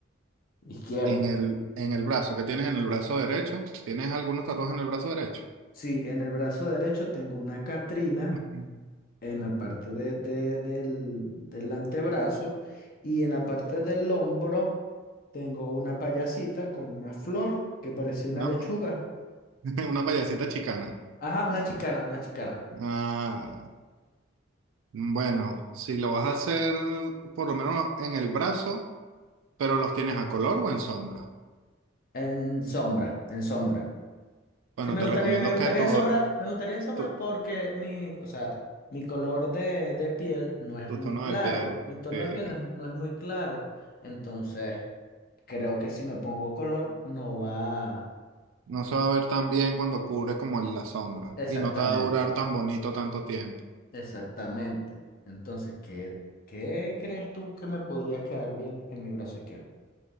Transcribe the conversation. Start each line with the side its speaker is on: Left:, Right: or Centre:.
Left: izquierdo?
Right: En el, en el brazo, ¿qué tienes en el brazo derecho? ¿Tienes algunos tatuajes en el brazo derecho?
Left: Sí, en el brazo derecho tengo una Catrina
Right: <laughs>
Left: en la parte de- de- del, del antebrazo y en la parte del hombro tengo una payasita con una flor que parecía una
Right: Una,
Left: lechuga.
Right: pa- <laughs> una payasita chicana.
Left: Ajá, una chicana, una chicana.
Right: Ah, Bueno, si lo vas a hacer por lo menos en el brazo, pero los tienes a color o en sombra.
Left: En sombra, en sombra.
Right: Bueno,
Left: Sí, me
Right: te
Left: gustaría,
Right: recomiendo
Left: me gustaría
Right: que tu,
Left: en sombra, me gustaría en sombra
Right: tu,
Left: porque mi, o sea, mi color de, de piel no es
Right: tu
Left: muy
Right: tono
Left: claro,
Right: de piel
Left: mi tono
Right: eh,
Left: de piel no es, no es muy claro, entonces creo que si me pongo color no va
Right: no se va a ver tan bien cuando cubre como en la sombra
Left: exactamente,
Right: y no te va a durar tan bonito tanto tiempo.
Left: exactamente. Entonces, ¿qué, qué crees tú que me podría quedar bien en mi brazo izquierdo?